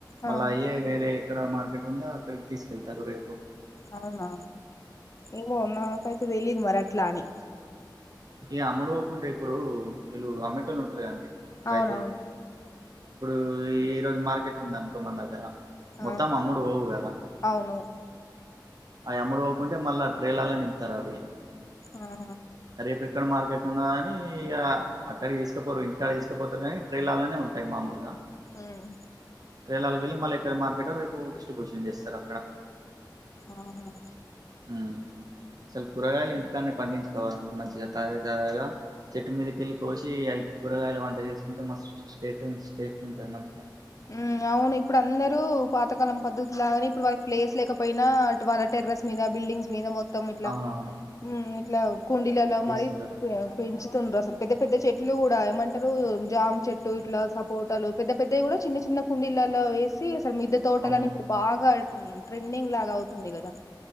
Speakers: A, on the left; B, on the right.
A: ఆ
B: మళ్ళ అయే వేరే ఎక్కడ మార్కెట్ ఉందో అక్కడికి తీసుకెళ్తారు రేపు
A: అవునా ఏమో నాకైతే తెలీదు మరి అట్లా అని
B: ఈ అమ్ముడు పోకు ఉంటే ఇప్పుడు వీళ్ళు అమ్మె టోల్లు ఉంటా అండి రైతులు
A: అవునవును
B: ఇప్పుడు ఈ రోజు మార్కెట్ ఉంది అనుకో మన దగ్గర మొత్తం
A: ఆ
B: అమ్ముడు పోవు కదా
A: అవును
B: అవి అమ్ముడు పోకుంటే మళ్ళా ఆ ట్రైలల్ల నింపుతారు అవి
A: ఆా
B: రేపు ఎక్కడ మార్కెట్ ఉన్న కాని ఇగ అక్కడకి తీసుకపోరు ఇంటికాడ తీసుకపోతారు కానీ ట్రైలల్లనే ఉంటాయి మామూలుగా
A: ఉమ్
B: ట్రేలల్లకేలీ మళ్ళ ఎక్కడ మార్కెట్ ఒ అక్ డిస్ట్రిబ్యూషన్ చేస్తారు అక్కడ
A: ఆహా
B: మ్ అసలు కూరగాయలు ఇంటికాన్నే పండించుకోవాలండి మంచ్ చిగా తాజా తాజాగా చెట్టు మీదికెళ్ళి కోసి అయి కూరగాయలు వంట చేసుకుంటే మాస్త్ స్టేట్ టెస్ట్ ఉంటది మంచిగా
A: మ్ అవును ఇప్పుడు అందరూ పాతకాలం పద్ధతి లాగానే ఇప్పుడు వాళ్లకు ప్లేస్ లేకపోయినా అటు వాళ్ళ టెర్రెస్ మీదా బిడింగ్స్ మీద మొ తం ఇట్లా
B: అవునవును
A: మ్ ఇట్లా కుండలళ్ళో
B: చేసుకుంటారు
A: మరి పెంచుతుండ్రు అసలు పెద్ద పెద్ద చెట్లు కూడా ఏమంటారు జామ్ చెట్టు ఇట్లా సపోటలు పెద్ద పెద్దయి కూడా చిన్న చిన్న కుండీలలో వేసి అసలు మీద్ద తోటలని
B: అవును
A: ఇప్పుడు బాగా మ్ ట్రెండింగ్ లాగా అవుతుంది కదా